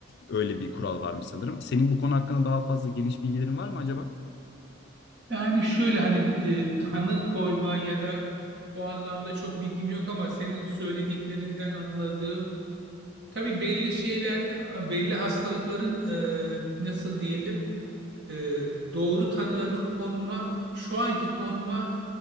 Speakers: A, on the left; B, on the right.
A: Öyle bir kural varmış sanırım. Senin bu konu hakkında daha fazla geniş bilgilerin var mı acaba?
B: Yani şöyle hani e, tanı koyma ya da o anlamda çok bilgim yok ama senin söylediklerinden anladığım tabii belli şeyler belli hastalıkların e, nasıl diyelim e, doğru tanılarının konma şu anki konma